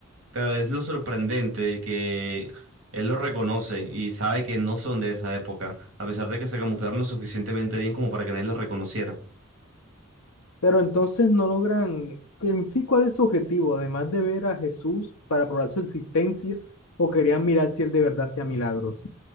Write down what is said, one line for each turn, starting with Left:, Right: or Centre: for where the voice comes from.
Right: pero es lo sorprendente que él los reconoce y sabe que no son de esa época, a pesar de que se camuflaron lo suficientemente bien como para que nadie los reconociera.
Left: Pero entonces no logran, en sí, ¿cuál es su objetivo? Además de ver a Jesús para probar su existencia, o querían mirar si él de verdad hacía milagros.